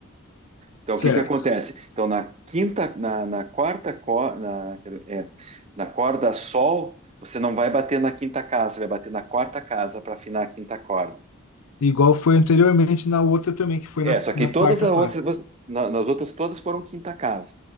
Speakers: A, on the right (about 30°); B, on the left (about 85°).
A: Então
B: certo.
A: o que que acontece? Então na quinta, na, na quarta corda, na, é, na corda sol, você não vai bater na quinta casa, você vai bater na quarta casa para afinar a quinta corda.
B: Igual foi anteriormente na outra também, que foi
A: É,
B: na,
A: só que
B: na
A: todas
B: quarta
A: as
B: corda.
A: outras, na- nas outras todas foram quinta casa.